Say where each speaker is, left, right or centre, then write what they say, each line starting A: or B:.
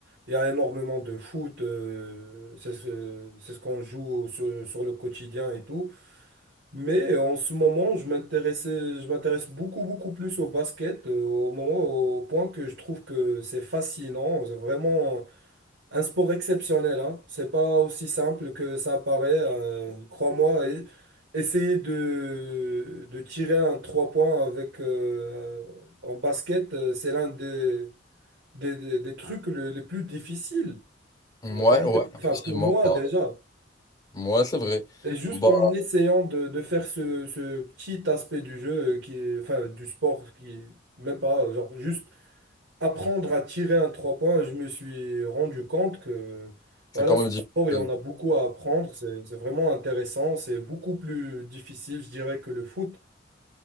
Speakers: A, on the right (about 80°); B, on the left (about 20°).
A: il y a énormément de foot. euh, c'est ce, c'est ce qu'on joue sur, sur le quotidien et tout. Mais euh, en ce moment, je m'intéressais, je m'intéresse beaucoup, beaucoup plus au basket, euh, au moment, au point que je trouve que c'est fascinant. C'est vraiment un sport exceptionnel, hein. C'est pas aussi simple que ça apparaît, euh, crois-moi. Et- Essayer de, de tirer un trois points avec, euh, en basket, euh, c'est l'un des, des, des des trucs le- les plus difficiles.
B: Ouais,
A: La vérité,
B: ouais,
A: enfin,
B: effectivement.
A: pour moi,
B: Bah,
A: déjà.
B: ouais, c'est vrai.
A: Et juste
B: Bah,
A: en essayant de, de faire ce, ce petit aspect du jeu, euh, qui, est- enfin du sport, qui est même pas, euh, genre juste apprendre à tirer un trois points, je me suis rendu compte que
B: c'est
A: voilà,
B: quand
A: ce
B: même difficile.
A: sport, il y en a beaucoup à apprendre, c'est c'est vraiment intéressant, c'est beaucoup plus difficile, je dirais, que le foot